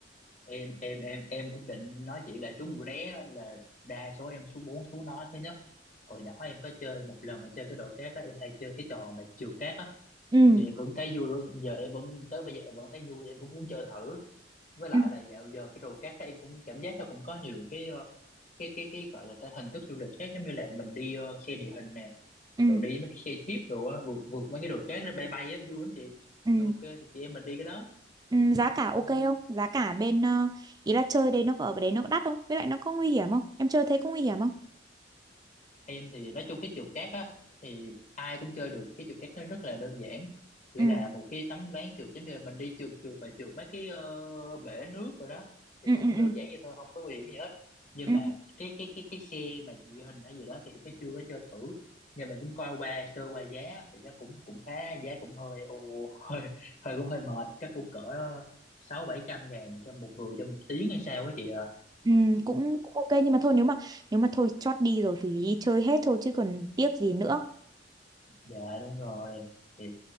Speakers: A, on the left; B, on the right.
A: em em em em cũng định nói chị là trúng mũi né á, là đa số em số 4 số nó thứ nhất hồi nhỏ em có chơi một lần là chơi cái đồ cát đó em hay chơi cái trò mà trượt cát á
B: Ừ.
A: giờ em vẫn thấy vui giờ em vẫn tới bây giờ em vẫn thấy vui em cũng muốn chơi thử với lại
B: Ừ.
A: là dạo giờ cái đồ cát đó em cũng cảm giác nó cũng có nhiều cái ờ, cái cái cái gọi là cái hình thức du lịch khác giống như là mình đi ờ, xe địa hình nè
B: Ừ.
A: rồi đi mấy cái xe jeep rồi á vượt vượt mấy cái đồ cát nó bay bay á vui lắm chị
B: Ừ.
A: ok thì chị em mình đi cái đó
B: Ừ, giá cả ok
A: Ừ.
B: không? Giá cả bên ờ, ý là chơi đấy nó có- ở đấy nó có đắt không? Với lại nó có nguy hiểm không? Em chơi thế có nguy hiểm không?
A: em thì nói chung cái trượt cát á thì ai cũng chơi được cái trượt cát nó rất là đơn giản chỉ
B: Ừ
A: là một cái tấm ván trượt giống như là mình đi trượt trượt và trượt mấy cái ờ, bể nước rồi đó thì
B: ừ
A: nó
B: ừ
A: cũng
B: ừ.
A: đơn giản vậy thôi không có nguy hiểm gì hết nhưng
B: Ừ,
A: mà cái cái cái cái xe mà địa hình hay gì đó thì em có chưa có chơi thử nhưng mà cũng coi qua sơ qua giá thì nó cũng cũng khá giá cũng hơi ồ, hơi hơi cũng hơi mệt chắc cũng cỡ sáu bảy trăm ngàn cho một người cho một tiếng hay sao á chị à
B: ừ, cũng, cũng ok nhưng mà thôi nếu mà nếu mà thôi chót đi rồi thì đi chơi hết thôi chứ còn tiếc gì nữa.
A: dạ đúng rồi thì